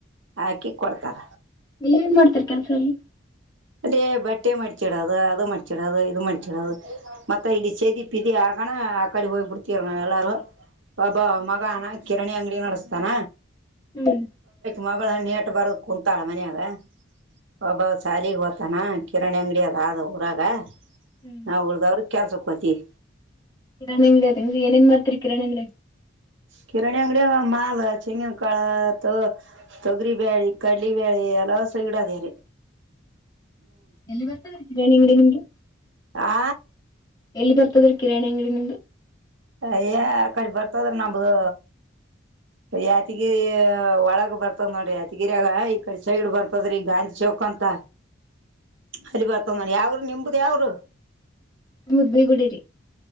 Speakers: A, on the right; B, on the left.
A: ಹಾಕಿ ಕೊಡ್ತಾರ
B: ನೀ ಏನ್ ಮಾಡ್ತರಿ ಕೆಲ್ಸರಿೀ
A: ಅಲ್ಲಿ ಬಟ್ಟೆ ಮಡಚಿಡದು ಅದು ಮಡ್ಚಿಡೋದು ಇದು ಮಡಚಿಡದು ಮತ್ತೆ ಇಲ್ಲಿ ಸದಿ ಪದಿ ಆಗೋಣ ಅಕ್ಕಡಿ ಹೋಗ್ ಬಿಡ್ತೀರ್ ಎಲ್ಲಾರು ಬಾಬಾ ಮಗಾನ ಕಿರಣಿ ಅಂಗಡಿ ನಡೆಸ್ತಾನ
B: ಹ್ಮ್
A: ಮ ನೇಟ್ ಬರ ಕುೂಂತಾಳ ಮನಯಾಗ ಒಬ್ಬ ಶಾಲಗ್ ಹೊ ತಾನ ಕಿರಣಿ ಅಂಗಡಿ ಅದ ಆದ ಊರಾಗ
B: ಹ್ಮ್
A: ನಾವು ಉಳ್ದವ್ರ ಕೆಲ್ಸಕ್ ಹೋತಿವಿ
B: ಕಿರಣಾಣಿಂಗಳೇ ಏನೇನ್ ಮಾಡ್ತೀರಿ ಕಿರಣಾಣಿಂಗ
A: ಕಿರಾಣಿ ಅಂಗಡಿಯ ಮಾಲ್ ಚೆಂಗಿನ ಕಾಳ ತ ತೊಗರಿ ಬ್ಯಾೇಳಿ ಕಡಲಿ ಬ್ಯಾೇಳೆ ಹಲಸ ಇಡದಾರೆ
B: ಎಲ್ಲಿ ಬರ್ತೀರಾ ನಿಂಗಗೆ ನಿಂಗೆ
A: ಆ
B: ಎಲ್ಲಿ ಬರ್ತದ್ರೀ ಕಿರಾಣಿ ಅಂಗಡಿನಿಂದ
A: ಅಯ್ಯ ಕಡಿ ಬರ್ತದ್ರ ನಂಬದು ಯಾತಿಗಿರಿ ಒಳಗ್ ಬರ್ತದ್ ನೋಡಿ ಯಾತಿಗಿರಿಯಗ ಈ ಕಡೆ ಸೈಡ್ ಬರ್ತದ್ರ ಈ ಗಾಂಧಿ ಕಂತ ಅರಿ ಬರ್ತ ನೋಿ ಯಾವರು ನಿಮ್ದ ಯಾವರು
B: ಮುದೇಗುಡಿರಿ